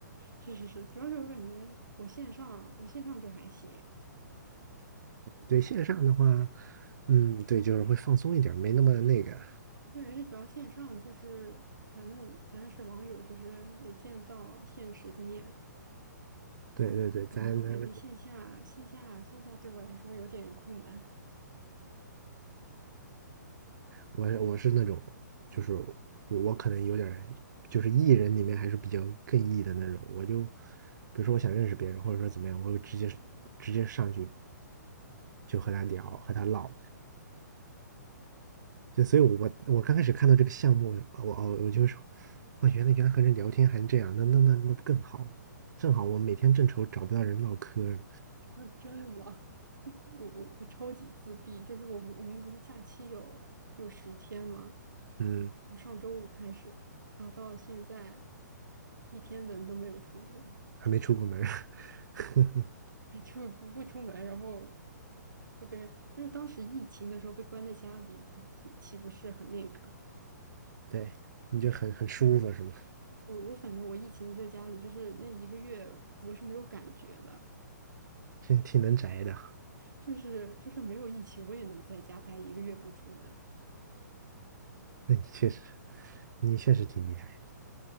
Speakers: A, on the right; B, on the right.
A: 是是是，主要是我感觉我线上，我线上就还行。
B: 对线上的话，嗯，对，就是会放松一点儿没那么那个。
A: 对，而且主要线上就是，反正反正是网友，就是也见不到现实的面，
B: 对对对，
A: 然后就还我感觉线下线下线下对我来说有点困难。
B: 咱咱我我是那种，就是我我可能有点儿就是 E 人里面还是比较更 E 的那种。我就比如说我想认识别人，或者说怎么样，我会直接直接上去就和他聊，和他唠。就所以我，我刚开始看到这个项目，我我我就说，哇，原来原来和人聊天还这样，那那那那不更好吗？正好我每天正愁找不到人唠嗑儿
A: 那真的吗？我我我我超级自闭，就是我我们不是假期有有十天吗？
B: 嗯，
A: 从上周五开始，然后到了现在，一天门都没有出过，
B: 还没出过门 <laughs>
A: <laughs> 就不不出门，然后不跟人。但是当时疫情的时候被关在家里，岂岂不是很那个？
B: 对，你就很很舒服是吗？
A: 我我反正我疫情在家里，就是那一个月我是没有感觉的，
B: 挺能宅的，
A: 就是就是没有疫情我也能在家待一个月不出门，
B: 那你确实，你确实挺厉害。